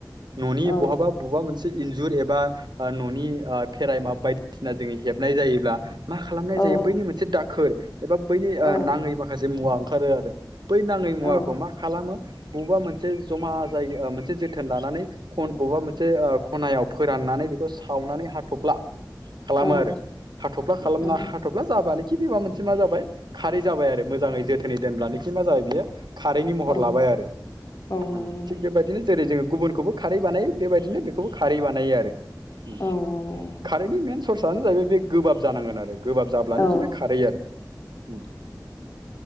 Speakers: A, on the right; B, on the left.
A: ननि
B: औ
A: बहाबा बबेबा मोनसे इन जुर एबा ओ ननि ओ खेराइ मा बायदिसिना जोङि हेबनाय जायोब्ला मा खालामनाय
B: औ
A: जायो बैनि मोनसे दाखोर एबा बैनि
B: औ
A: ओ नाङै माखासे मुवा ओंखारो आरो बै नाङै मुवाखौ
B: औ
A: मा खालामो बबेबा मोनसे जमा जायगा मोनसे जोथोन लानानै खन बबेबा मोनसे ओ खनायाव फोराननानै बेखौ सावनानै हाथफ्ला खालामो
B: औ
A: आरो हाथफ्ला खालामना
B: औ
A: हाथफ्ला जाबानो खि बेबा मोनसे मा जाबाय खारि जाबाय आरो मोजाङै जोथोनै दोनब्लानो खि मा जाबाय बियो खारैनि महर
B: औ
A: लाबाय आरो
B: औ नंगौ
A: ओ
B: नोंथां
A: थिग बेबायदिनो जेरै जोङो गुबुनखौबो खारै बानायो बेबायदिनो बेखौबो खारै बानायो आरो उम
B: औ औ
A: खारैनि मेन सर्स आनो जाहैबाय बे गोबाब जानांगोन आरो। गोबाब जाब्लानो
B: औ
A: खि बे खारै आरो उम।